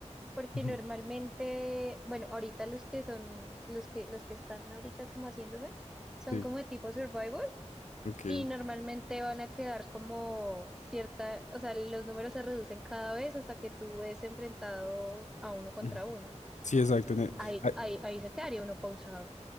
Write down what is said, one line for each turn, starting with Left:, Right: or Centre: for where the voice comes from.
Centre: porque
Left: Ujú.
Centre: normalmente, bueno, ahorita los que son, los que, los que están ahorita como haciéndose, son
Left: Sí,
Centre: como de tipo survival
Left: ok.
Centre: y normalmente van a quedar como cierta, o sea, los números se reducen cada vez hasta que tú ves enfrentado a uno contra
Left: Ujú.
Centre: uno.
Left: Sí, exacto. ne-
Centre: Ahí,
Left: ay,
Centre: ahí, ahí se quedaría uno pausado,